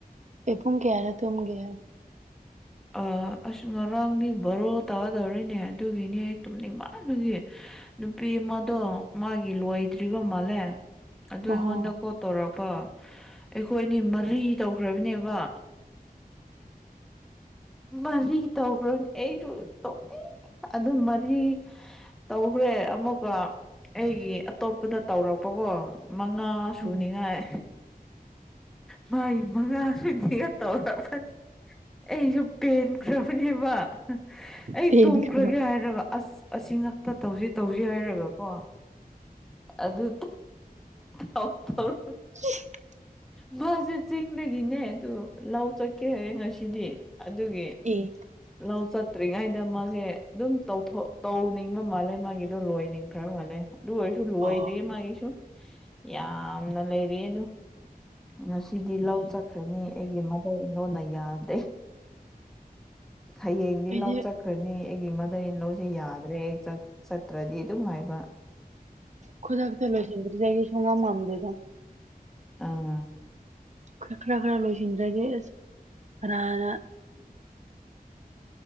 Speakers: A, on the right; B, in the centre.
A: ꯑꯦꯨꯡ ꯀꯦꯌꯥꯔꯥ ꯇꯝꯒꯦ
B: ꯑ ꯑꯁ ꯉꯔꯥꯡꯗꯤ ꯕꯣꯔꯣ ꯇꯥꯗꯧꯔꯤꯅꯦ ꯑꯗꯨꯒꯤꯅꯦ ꯑꯩ ꯇꯨꯝꯅꯤꯡꯕꯥꯕꯒꯤ ꯅꯨꯄꯤ ꯑꯃꯗꯣ ꯃꯥꯒꯤ ꯂꯣꯏꯗ꯭ꯔꯤꯕ ꯃꯥꯜꯂꯦ ꯑꯗꯨ ꯑꯩꯉꯣꯟꯗ
A: ꯑꯍꯣ
B: ꯀꯣꯜ ꯇꯧꯔꯛꯄ ꯑꯩꯈꯣꯏꯅꯤ ꯃꯔꯤ ꯇꯧꯈ꯭ꯔꯕꯅꯦꯕ ꯃꯔꯤ ꯇꯧꯈ꯭ꯔꯣꯅꯦ ꯑꯩꯁꯨ ꯇꯧ ꯑꯗꯨ ꯃꯔꯤ ꯇꯧꯈ꯭ꯔꯦ ꯑꯃꯨꯛꯀ ꯑꯩꯒꯤ ꯑꯇꯣꯞꯄꯗ ꯇꯧꯔꯛꯄꯀꯣ ꯃꯉꯥ ꯁꯨꯅꯤꯉꯥꯏ
A: ꯎꯝ
B: ꯃꯥꯏ ꯃꯉꯥꯁꯨꯅꯤꯒ ꯇꯧꯔꯒ ꯐ ꯑꯩꯁꯨ ꯄꯦꯟꯈ꯭ꯔꯕꯅꯦꯕ ꯑꯩ
A: ꯄꯦꯟꯈ꯭ꯔꯕ
B: ꯇꯨꯝꯈ꯭ꯔꯒꯦ ꯍꯥꯏꯔꯕ ꯑꯁ ꯑꯁꯤ ꯉꯥꯛꯛꯇ ꯇꯧꯁꯤ ꯇꯧꯁꯤ ꯍꯥꯏꯔꯒꯀꯣ ꯑꯗꯨ ꯇꯥꯎꯊꯔ
A: <unintelligible>
B: ꯃꯥꯁꯦ ꯆꯤꯡꯗꯒꯤꯅꯦ ꯑꯗꯨ ꯂꯧ ꯆꯠꯀꯦ ꯍꯌꯦ ꯉꯁꯤꯗꯤ ꯑꯗꯨꯒꯤ
A: ꯑꯦ
B: ꯂꯧ ꯆꯠꯇ꯭ꯔꯤꯉꯥꯏꯗ ꯃꯖꯦ ꯑꯗꯨꯝ ꯇꯧꯊꯣꯛ ꯇꯧꯅꯤꯡꯕ ꯃꯥꯜꯂꯦ ꯃꯥꯒꯤꯗꯣ ꯂꯣꯏꯅꯤꯡ ꯈꯔ ꯃꯥꯜꯂꯦ ꯑꯗꯨ ꯑꯣꯏꯁꯨ ꯂꯣꯏꯗꯦꯌꯦ
A: ꯑꯣ
B: ꯃꯥꯒꯤꯁꯨ ꯌꯥꯝꯅ ꯂꯩꯔꯤ ꯑꯗꯨ ꯉꯁꯤꯗꯤ ꯂꯧ ꯆꯠꯈ꯭ꯔꯅꯤ ꯑꯩꯒꯤ ꯃꯙꯔ ꯏꯟꯂꯣꯅ ꯌꯥꯗ ꯍꯌꯦꯡꯗꯤ
A: ꯑꯩꯗꯤ
B: ꯂꯧ ꯆꯠ ꯆꯠꯈ꯭ꯔꯅꯤ ꯑꯩꯒꯤ ꯃꯙꯩꯂꯣꯁꯦ ꯌꯥꯗ꯭ꯔꯦ ꯑꯩ ꯆꯠꯇ꯭ꯔꯗꯤ ꯑꯗꯨꯝ ꯍꯥꯏꯕ
A: ꯈꯨꯗꯥ ꯀ ꯆꯂꯣ ꯁ ꯁꯉ ꯃꯥꯡꯗ
B: ꯑꯥ
A: ꯈꯔ ꯈꯔ ꯈꯔ ꯂꯣꯏꯁꯤꯟꯖ꯭ꯔꯒꯦ ꯑꯁ ꯈꯔꯅ